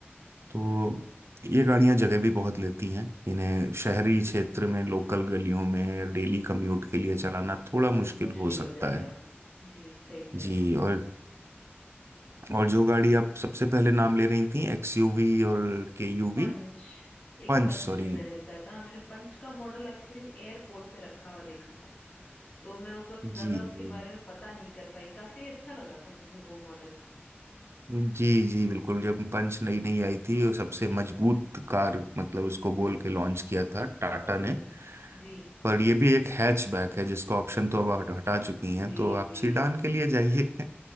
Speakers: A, on the right; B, on the left.
A: तो ये गाड़ियां जगह भी बहुत लेती हैं इन्हें शहरी क्षेत्र में लोकल गलियों में डेली कम्यूट के लिए चलाना थोड़ा
B: जी
A: मुश्किल
B: मुश्किल
A: हो
B: हो
A: सकता
B: जाएगा
A: है
B: जी सही कह
A: जी
B: रहे हैं आप
A: और और जो गाड़ी आप सबसे पहले नाम ले रही थी एक्सयूवी और केयूवी
B: पंच एक
A: पंच
B: पंच
A: सॉरी
B: भी मैंने बताया था हाँ मैंने पंच का मॉडल एक्चुअली एयरपोर्ट पे रखा हुआ देखा था तो मैं उस वक्त
A: जी
B: ज्यादा उसके
A: जी
B: बारे में पता नहीं कर पाई काफी अच्छा लगा था मुझे वो मॉडल
A: जी जी बिल्कुल जब पंच नई नई आई थी वो सबसे
B: जी
A: मजबूत कार मतलब उसको बोल के लॉन्च किया था टाटा
B: ओके
A: ने
B: जी
A: पर ये भी एक हैचबैक है जिसका ऑप्शन तो अब हट- हटा चुकी हैं
B: जी
A: तो आप
B: जी
A: सीडान के लिए जाइए